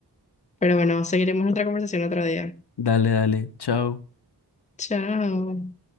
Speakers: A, on the left (about 20°); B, on the left (about 75°).
A: pero bueno, seguiremos nuestra conversación otro día.
B: Dale, dale, chao.
A: Chao.